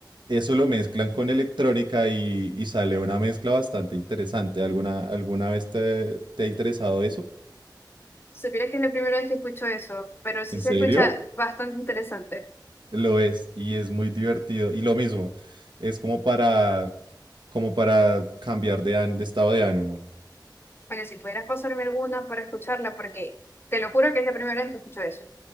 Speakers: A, on the right (about 75°); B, on the left (about 30°).
A: eso lo mezclan con electrónica y, y sale una mezcla bastante interesante. ¿Alguna, alguna vez te te ha interesado eso?
B: Supiera que es la primera vez que escucho eso, pero sí
A: ¿En
B: se
A: serio?
B: escucha bastante interesante.
A: Lo es y es muy divertido. Y lo mismo, es como para, como para cambiar de, án- de estado de ánimo.
B: Oye, si pudieras pasarme alguna para escucharla, porque te lo juro que es la primera vez que escucho eso.